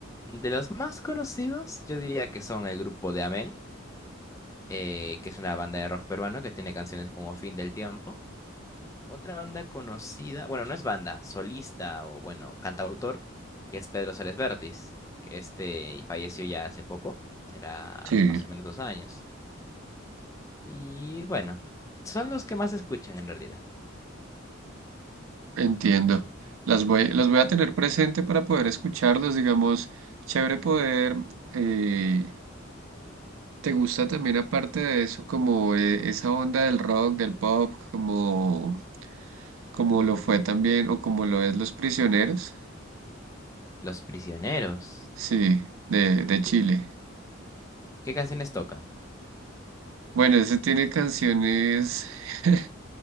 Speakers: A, on the left; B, on the right.
A: De los más conocidos, yo diría que son el grupo de Amén. eh, que es una banda de rock peruano que tiene canciones como Fin del Tiempo. Otra banda conocida, bueno, no es banda, solista o bueno, cantautor, que es Pedro Suárez Vértiz, que este falleció ya hace poco, será
B: Sí.
A: más o menos dos años. Y bueno, son los que más se escuchan en realidad.
B: Entiendo. Las voy, las voy a tener presente para poder escucharlos, digamos, chévere poder. eh, ¿te gusta también aparte de eso como eh, esa onda del rock, del pop, como, como lo fue también o como lo es Los Prisioneros?
A: Los prisioneros.
B: Sí, de, de Chile.
A: ¿Qué, qué canciones tocan?
B: Bueno, ese tiene canciones, <laughs>